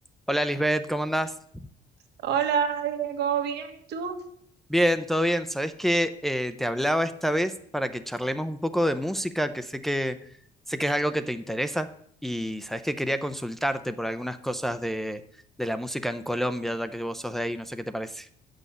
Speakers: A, in the centre; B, on the right.
A: Hola Lisbeth, ¿cómo andás?
B: Hola, Diego, ¿bien? ¿Y tú?
A: Bien, todo bien. Sabés que eh, te hablaba esta vez para que charlemos un poco de música, que sé que sé que es algo que te interesa y sabés que quería consultarte por algunas cosas de, de la música en Colombia, ya que vos sos de ahí, no sé qué te parece.